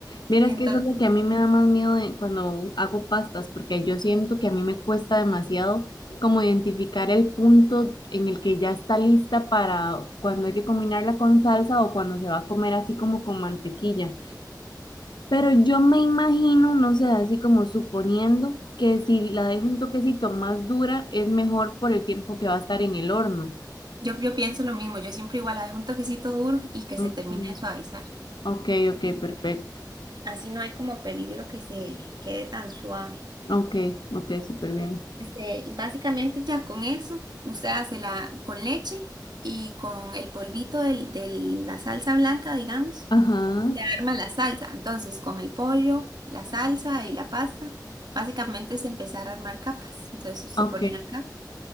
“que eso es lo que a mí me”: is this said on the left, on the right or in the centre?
Left